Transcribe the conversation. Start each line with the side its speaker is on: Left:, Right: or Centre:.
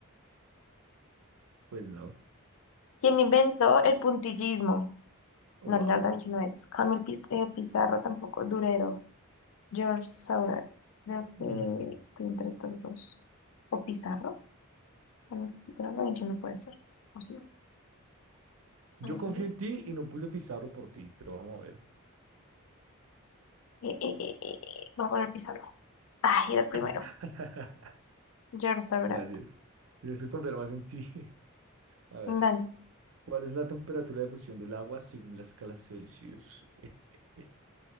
Right: Pues no.
Left: quien inventó el puntillismo.
Right: Wow.
Left: No, Leonardo da Vinci no es. Camil Piz- eh, Pizarro tampoco. Durero. George Seurat. Creo que
Right: Mm.
Left: estoy entre estos dos. ¿O Pizarro? Camil Pizarro, Da Vinci no puede ser. ¿O sí? Sale
Right: Yo confío
Left: con él.
Right: en ti y no puse Pizarro por ti, pero vamos a ver.
Left: Eh, eh, eh, eh, eh, Voy a poner Pizarro. Ah, era el primero.
Right: <laughs>
Left: George Seurat.
Right: Gracias. Necesito confiar más en ti. <laughs> A ver,
Left: Dale.
Right: ¿cuál es la temperatura de fusión del agua según la escala Celsius? <laughs>